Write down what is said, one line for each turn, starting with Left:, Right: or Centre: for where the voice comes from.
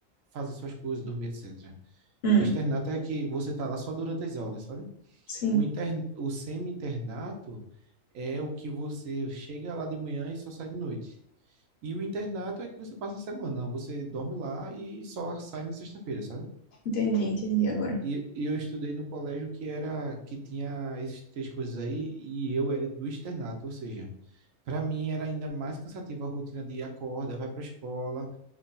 Right: fazer suas coisas, dormir, etc.
Left: Hum,
Right: O externato é que você tá lá só durante as aulas, sabe?
Left: sim,
Right: O, inter... o semi-internato é o que você chega lá de manhã e só sai de noite. E o internato é que você passa a semana, você dorme lá e só sai na sexta-feira, sabe?
Left: entendi, entendi agora.
Right: E, e eu estudei no colégio que era que tinha esses três coisas aí e eu era do externato, ou seja, para mim era ainda mais cansativa a rotina de acorda, vai para a escola,